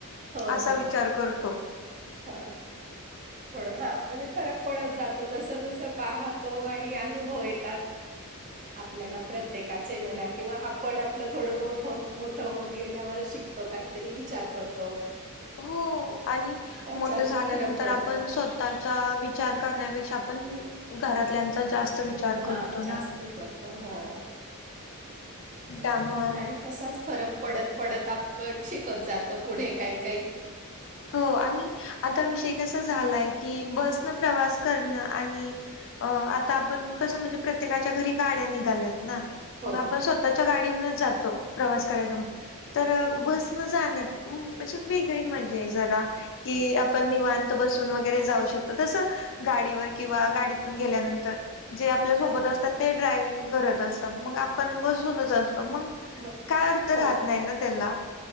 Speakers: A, on the right (about 35°); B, on the left (about 60°).
A: होय
B: असा
A: होय
B: विचार करतो
A: होय थोडं हा म्हणजे फरक पडत जातं जसं जसं पाहतो आणि अनुभव येतात आपल्याला प्रत्येकाचे म्हणा किंवा आपण आपलं थोडं मोठत मोठं होत गेल्यावर शिक तो काहीतरी विचार करतो
B: हो आणि
A: त्याच्यानी
B: मोठ झाल्यानंतर
A: फरक पडतो.
B: आपण स्वतः चा विचार करण्यापेक्षा आपण घरातल्याचा जास्त विचार
A: हा
B: करतो ना
A: जास्ती करतो हा तस
B: त्यामुळं
A: आणि तसाच फरक पडत पडत आपण शिकत जातो पुढे काही काही
B: हो आणि आता विषय कसा झालाय की बसन प्रवास करणं आणि अ आता आपण कसं म्हणजे प्रत्येकाच्या घरी गाड्या निघाल्यात ना
A: हो.
B: मग आपण स स्वतःच्या गाडीहूनच जातो प्रवास करायचा म्हण तर
A: हां, हं.
B: बस न जाण्यात अ वेगळी म म्हंजे जरा की आपण निवांत बसुन वैगेरे जाऊ शकतो तस गाडीवर किंवा गाडीत तुन गेल्या नंतर जे अपल्या सोबत
A: हां.
B: असतात ते ड्रायव्हिंग करत असतात मग आपण बसुन बसुनच असतो मग
A: बरं.
B: काय अर्थ
A: हो.
B: राहत नाही ना त्याला